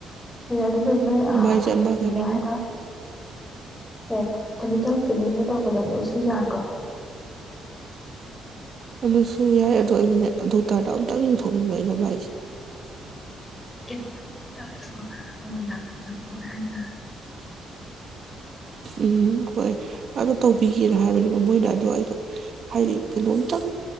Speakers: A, on the left; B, on the right.
A: ꯑꯣ ꯑꯗꯨ ꯑꯗꯨꯗ ꯅꯣꯏ ꯑ
B: ꯃꯥꯏꯁꯦ ꯑꯃ
A: ꯀꯩꯅꯣ
B: ꯀꯩ ꯍꯥꯏꯅꯤ
A: ꯍꯥꯏꯔꯑꯦ ꯍ ꯀꯦꯦꯜ ꯄꯤꯒꯦ ꯇꯗ ꯁꯤ ꯌꯥꯗꯣ
B: ꯑꯗꯨꯁꯨ ꯌꯥꯏ ꯑꯗꯣ ꯑꯩꯅꯅꯦ ꯗꯣꯛꯇꯔꯗ ꯑꯝꯇꯪ ꯌꯦꯡꯊꯣꯛꯅꯤꯡꯕ ꯑꯩꯅ ꯃꯥꯏꯁꯦ
A: ꯆꯦꯃꯤꯅꯂ ꯁꯤꯪꯅꯥ ꯊꯀꯣ ꯍꯥꯏꯗꯥ
B: ꯎꯝ ꯍꯣꯏ ꯑꯗꯣ ꯇꯧꯕꯤꯒꯦꯅ ꯍꯥꯏꯕꯅꯦꯕ ꯃꯣꯏꯅ ꯑꯗꯣ ꯑꯩꯗꯣ ꯍꯥꯏꯗꯤ ꯀꯩꯅꯣꯝꯇꯪ